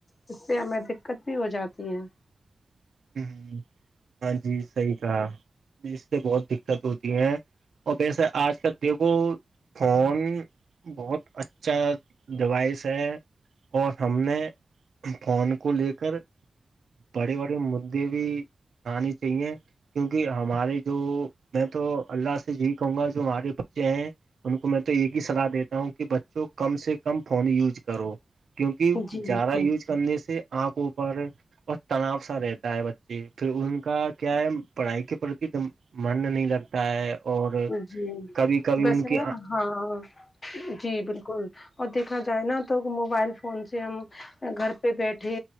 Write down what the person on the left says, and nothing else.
اس سے ہمیں دقت بھی ہو جاتی ہے
جی
جی
جی
ویسے
نا ہاں جی بالکل اور دیکھا جائے نا تو موبائل فون سے ہم گھر پہ بیٹھے